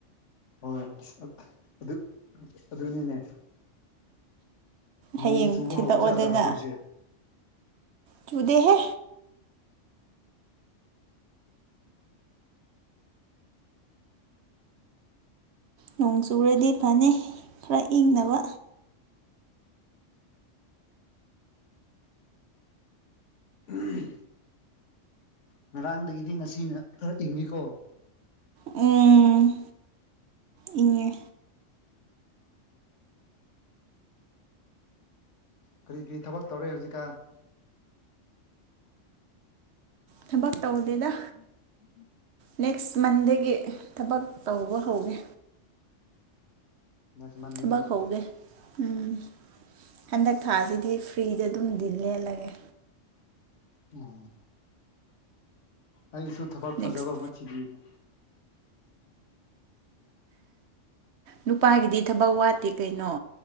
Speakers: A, on the left (about 70°); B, on the right (about 65°).
A: ꯍꯣꯏ ꯑ ꯑꯗꯨ ꯑꯗꯨꯅꯤꯅꯦ ꯅꯣꯡ
B: ꯍꯌꯦꯡ
A: ꯆꯨꯕ
B: ꯊꯤꯜꯂꯛꯑꯣꯗꯅ
A: ꯍꯧꯕ ꯖꯥꯠꯂꯥ ꯍꯧꯖꯤꯛꯁꯦ
B: ꯆꯨꯗꯦ ꯍꯦ ꯅꯣꯡ ꯆꯨꯔꯗꯤ ꯐꯅꯤ ꯈꯔ ꯏꯪꯅꯕ
A: ꯎꯝ ꯉꯔꯥꯡꯗꯒꯤꯗꯤ ꯉꯁꯤꯅ ꯈꯔ ꯏꯪꯉꯀꯣ
B: ꯎꯝ ꯏꯪꯉꯦ
A: ꯀꯔꯤ ꯀꯔꯤ ꯊꯕꯛ ꯇꯧꯔꯦ ꯍꯧꯖꯤꯛꯀꯥ
B: ꯊꯕꯛ ꯇꯧꯗꯦꯗ
A: ꯎꯝ
B: ꯅꯦꯛꯁ ꯃꯟꯗꯒꯤ ꯊꯕꯛ ꯇꯧꯕ ꯍꯧꯒꯦ
A: ꯅꯦꯛꯁ ꯃꯟꯗꯒꯤ
B: ꯊꯕꯛ ꯍꯧꯒꯦ ꯎꯝ ꯍꯟꯗꯛ ꯊꯥꯁꯤꯗꯤ ꯐ꯭ꯔꯤꯗ ꯑꯗꯨꯝꯗꯤ ꯂꯦꯜꯂꯒꯦ
A: ꯎꯝ ꯑꯩꯁꯨ ꯊꯕꯛ
B: ꯅꯦꯛꯁ
A: ꯐꯖꯕ ꯑꯃ ꯊꯤꯕꯤꯅꯦ
B: ꯅꯨꯄꯥꯒꯤꯗꯤ ꯊꯕꯛ ꯋꯥꯠꯇꯦ ꯀꯩꯅꯣ